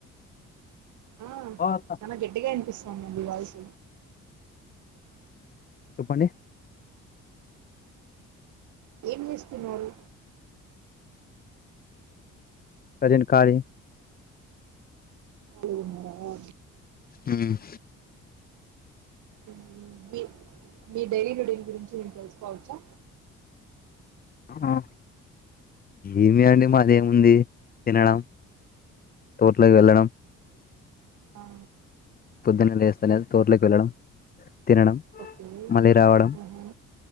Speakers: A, on the right; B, on the left.
A: ఆ,
B: ఓ అత్త
A: చాలా గట్టీగా వినిపిస్తుంది మీ వాయిస్
B: చెప్పండి
A: ఏం చేస్తున్నారు
B: ప్రజెంట్ కాలింగ్
A: అలిగున్నారా ఆ
B: <inaudible> ఉమ్
A: మ్మ్, మీ మీ డైలీ రొటీన్ గురించి మేము తెలుసుకోవచ్చా
B: ఆ ఏమి అండి మాదేముంది తినడం తోట్లోకి వెళ్ళడం
A: అఆ
B: పొద్దున్నే లేస్త లేస్తనే తోట్లోకి వెళ్లడం తినడం
A: ఓకే
B: మళ్ళీ రావడం
A: ఆహా,